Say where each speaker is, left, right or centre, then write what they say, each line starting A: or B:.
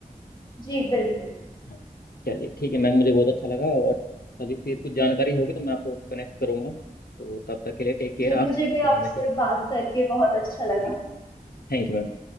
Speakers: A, on the left (about 30°); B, on the left (about 85°).
A: जी बिल्कुल
B: हाँ चलिए ठीक है मैम मुझे बहुत अच्छा लगा और अभी फिर कुछ जानकारी होगी तो मैं आपको कनेक्ट करूंगा तो तब तक के लिए टेक केयर
A: जी
B: आप
A: मुझे भी
B: ध्यान
A: आपसे
B: रखिए
A: बात करके बहुत अच्छा लगा
B: जी Thank you ma'am